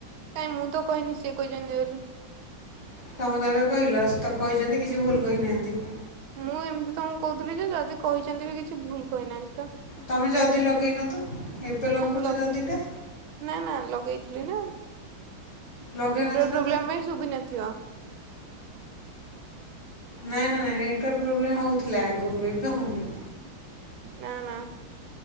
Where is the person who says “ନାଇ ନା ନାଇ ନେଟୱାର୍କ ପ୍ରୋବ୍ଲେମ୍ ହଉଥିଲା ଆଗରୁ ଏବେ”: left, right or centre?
Left